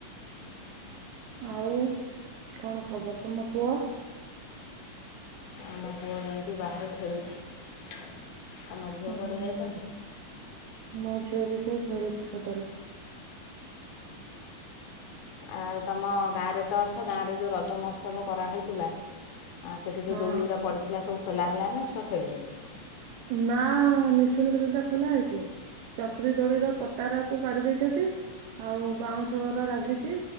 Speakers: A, on the right (about 80°); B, on the left (about 75°).
A: ଆଉ କଣ ଖବର ତମ ପୁଅ?
B: ଆମ ପୁଅ ଯାଇକି ବାହାରେ ଖେଳୁଛି। ତମ ଝିଅ
A: ହୁଁ
B: କୁଆଡ଼େ ଯାଇଛନ୍ତି?
A: ହୁଁ ମ ଝିଅ ବି ସେଇ ଖେଳୁଛି ପଦାରେ
B: ଆଉ ତମ ଗାଁରେ ତ ଅଛ ଗାଁରେ ଯେଉଁ ରଜ ମହୋତ୍ସବ କରା ହେଉଥିଲା ସେଇଠି ଯେଉଁ
A: ହଁ
B: ଦୋଳିଗଡ଼ା ପଡ଼ିଥିଲା ସବୁ ଖୋଲା ହେଲା ନା ଛୁଆ ଖେଳୁଛନ୍ତି?
A: ନା ନିଶୁଣି ଦୋଳି ଟା ଖୋଲା ହେଇଛି। ଚକ୍ରୀ ଦୋଳିର ପଟାଟାକୁ କାଢି ଦେଇେଇଛନ୍ତି। ଆଉ ବାଉଁଶ ରା ଲାଗିଛି